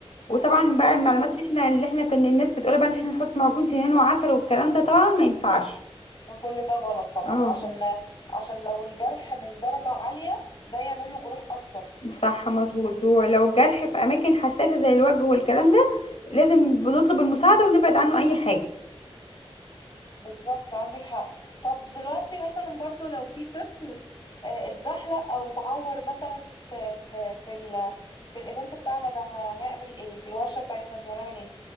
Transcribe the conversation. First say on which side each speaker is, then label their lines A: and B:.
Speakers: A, on the left; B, on the left.
A: وطبعا بقى المعلومات
B: ايوه
A: اللي احنا اللي احنا كنا الناس بتقول بقى ان احنا نحط معجون سنان وعسل والكلام ده طبعا ما ينفعش
B: وكل ده غلط طبعا
A: اه
B: عشان عشان لو الجرح من درجة عالية ده يعمل له جروح اكتر
A: صح مظبوط ولو الجرح في اماكن حساسه زي الوجه والكلام ده لازم بنطلب المساعده ونبعد عنه اي حاجه
B: بالظبط عندك حق طب دلوقتي مثلا برضو لو في طفل آه، اتزحلق او اتعور مثلا في في في ال في الايفنت بتاعنا ده هنعمل ايه في الورشة بتاعتنا دي هنعمل ايه